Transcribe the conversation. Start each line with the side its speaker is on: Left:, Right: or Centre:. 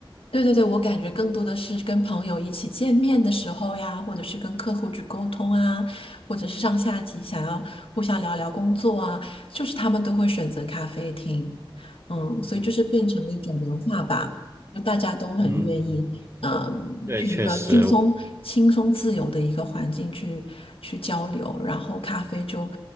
Left: 对对对，我感觉更多的是跟朋友一起见面的时候呀，或者是跟客户去沟通啊，或者是上下级想要互相聊聊工作啊，就是他们都会选择咖啡厅，嗯，所以就是变成了一种文化吧，
Right: 嗯。
Left: 就大家都很愿意，
Right: 嗯，
Left: 嗯，
Right: 对，
Left: 去一个轻松、
Right: 确实，
Left: 轻松、自由的一个环境去去交流，然后咖啡就，